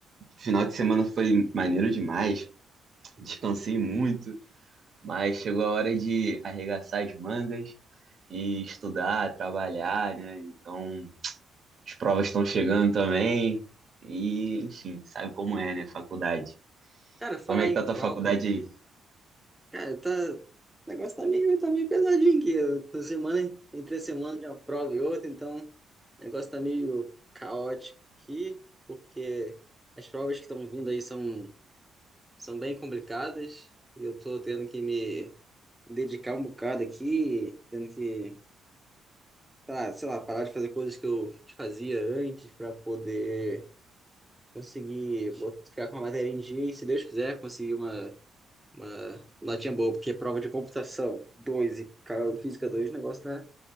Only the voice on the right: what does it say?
final de semana foi maneiro demais, descansei muito, mas chegou a hora de arregaçar as mangas e estudar, trabalhar, né? Então, as provas estão chegando também e, enfim, sabe como é, né? Faculdade.
Como é que
tá a tua
faculdade aí?